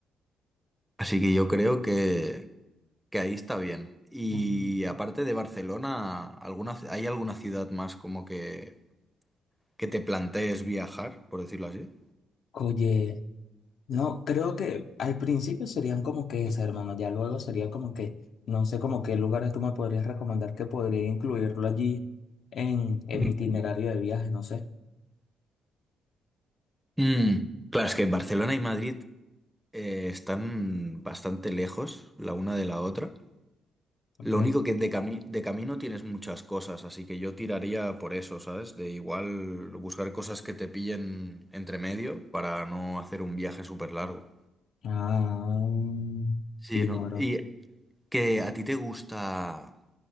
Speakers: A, in the centre; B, on the left.
A: Así que yo creo que, que ahí está bien. Y
B: Mm.
A: aparte de Barcelona, ¿alguna, hay alguna ciudad más como que, que te plantees viajar, por decirlo así?
B: Oye, no, creo que al principio serían como que esas, hermano. Ya luego sería como que, no sé, como qué lugares tú me podrías recomendar que podría incluirlo allí en, en
A: Ujú.
B: mi itinerario de viaje, no sé.
A: Mm, claro, es que Barcelona y Madrid eh, están bastante lejos la una de la otra.
B: Ok.
A: Lo único que de cami- de camino tienes muchas cosas, así que yo tiraría por eso, ¿sabes? De igual buscar cosas que te pillen entre medio para no hacer un viaje súper largo.
B: Ah,
A: Sí,
B: fino,
A: ¿no?
B: bro.
A: Y que a ti te gusta...